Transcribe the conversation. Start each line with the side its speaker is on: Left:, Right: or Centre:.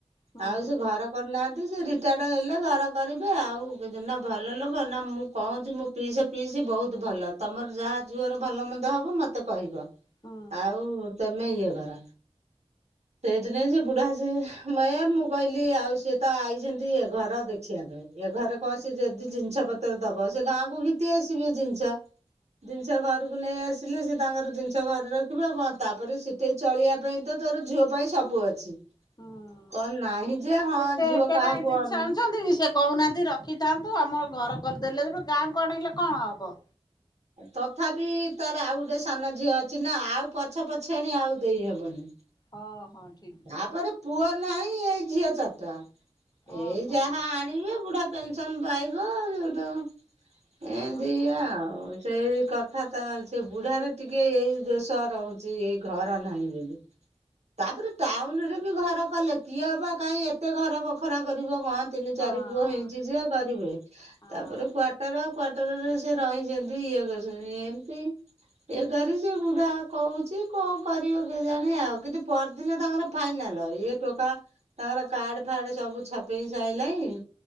Left: ହୁଁ
Right: ଆଉ ସେ ଘର କରିନାହାନ୍ତି ।ସେ ରିଟାୟାର୍ଡ ହେଲେ ଘର କରିବେ, ଆଉ ନା ଭଲ ଲୋକ ନା ମୁଁ କହୁଛି, ମୋ ପିଇସା, ପିଇସି ବହୁତ ଭଲ। ତମର ଯାହା ଝୁଅର ଭଲ ମନ୍ଦ ହବ ମତେ କହିବ।
Left: ହୁଁ
Right: ଆଉ, ତମେ ଇଏ କର। ସେଇଠି ନାକି ସେ ବୁଢା ସେ, ମାଡାମ ମୁଁ କହିଲି ଆଉ, ସିଏ ତ ଆଇଛନ୍ତି ଘର ଦେଖିବା ପାଇଁ। ଏ ଘରେ କୌଣସି ଯଦି ଜିନିଷ ପତ୍ର ଦବ, ସେ ଗାଁକୁ ଘିତି ଆସିବେ ଜିନିଷ। ଜିନିଷ ଘରକୁ ନେଇ ଆସିଲେ, ସେ ତାଙ୍କର ଜିନିଷ ଘରେ ରଖିବ, ଆଉ କଣ ତାପରେ ସିଠେଇ ଚଳିବା ପାଇଁ ତ ତୋର ଝିଅ ପାଇଁ, ସବୁ ଅଛି।
Left: ହୁଁ।
Right: କଣ ନାହିଁ ଯେ, ହଁ
Left: ଏତେ
Right: ଝୁଅ
Left: ଏବେ
Right: କାହାକୁ
Left: କାହିଁ ଜିନିଷ
Right: ଆନେ
Left: ଆଣୁଛନ୍ତି କି ସେ କହୁନାହାନ୍ତି ରଖିଥାନ୍ତୁ, ଆମ ଘର କରିଦେଲେ, ଏବେ ଗାଁକୁ ଆଣେଇଲେ କଣ ହବ।
Right: ତଥାପି ତାର, ଆଉ ଗୋଟେ ସାନ ଝିଅ ଅଛି ନା। ଆଉ ପଛ, ପଛିଆଣି ଆଉ ଦେଇହବନି।
Left: ହଁ ହଁ ଠିକ ଠିକ
Right: ତାପରେ ପୁଅ ନାହିଁ, ଏଇ ଝିଅ ଚାରିଟା। ଏଇ
Left: ଓହୋ।
Right: ଯାହା ଆଣିବେ, ବୁଢା ପେନସନ ପାଇବ। ସେଉଠୁ ଏମତିଆ
Left: ଓହୋ
Right: ଆଉ ସେଇ କଥା ତା ସେ ବୁଢାର ଟିକେ ଏଇ ଦୋଷ ରହୁଛି ।ଏଇ ଘର ନାହିଁ ବୋଲି। ତାପରେ ଟାଉନ ରେ ବି ଘର କଲେ, କିଏ ଅବା କାହିଁ ଏତେ ଘର ବଖରା କରିବ କହନି? ତିନି ଚାରି
Left: ହଁ
Right: ପୁଅ ହେଇଛି, ଯେ କରିବେ।
Left: ହଁ
Right: ତାପରେ କ୍ଵାଟର, କ୍ଵାଟରରେ ସେ ରହିଛନ୍ତି। ଦିଇ, ଇଏ କରିଛନ୍ତି ।ଏମିତି ଏ କରି ସେ ବୁଢା କହୁଛି, କଣ କରିବ କେଜାଣି ଆଉ କିନ୍ତୁ ପହରଦିନ ତାଙ୍କର ଫାଇନାଲ। ଏ ଟୋକା ତାଙ୍କର କାର୍ଡ, ଫାର୍ଡ ସବୁ ଛପେଇ ସାଇଲାଣି।